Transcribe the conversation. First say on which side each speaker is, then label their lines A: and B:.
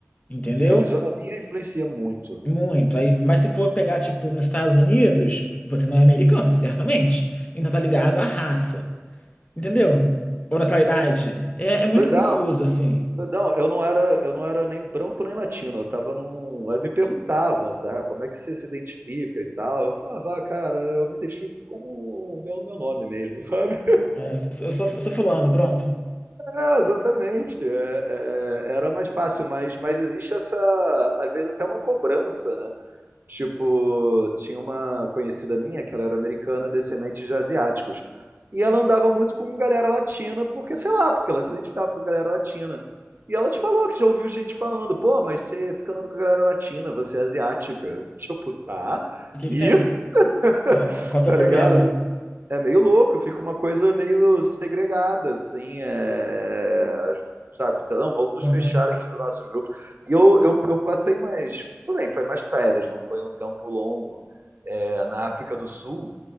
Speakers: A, on the left; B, on the right.
A: entendeu?
B: Sim, a fisionomia influencia muito.
A: Muito. Aí, mas se for pegar, tipo, nos Estados Unidos, você não é americano, certamente. Então tá ligado à raça, entendeu? Ou nacionalidade. É, é muito
B: Pois
A: confuso,
B: é,
A: assim.
B: pois não, eu não era, eu não era nem branco nem latino, eu tava num, aí me perguntavam, assim, ah, como é que você se identifica e tal. Eu falava, ah, cara, eu me identifico como pelo meu meu nome mesmo, <laughs> sabe?
A: É, eu sou, eu sou fulano, pronto.
B: É, exatamente. É, é, era mais fácil, mas, mas existe essa, às vezes até uma cobrança, né? Tipo, tinha uma conhecida minha que ela era americana, descendente de asiáticos. E ela andava muito com galera latina, porque, sei lá, porque ela se identificava com a galera latina. E ela te falou que já ouviu gente falando, pô, mas você fica andando com a galera latina, você é asiática. <laughs> Tipo, tá.
A: E o que
B: E,
A: que tem?
B: <laughs>
A: É, qual, qual que
B: tá
A: é o
B: ligado?
A: problema?
B: É meio louco, fica uma coisa meio segregada, assim, é... sabe? Então, não, vamos nos
A: Aham,
B: fechar aqui nos nossos grupos. E eu, eu, eu passei mais. Tudo bem, foi mais férias, não foi um tempo longo é, na África do Sul,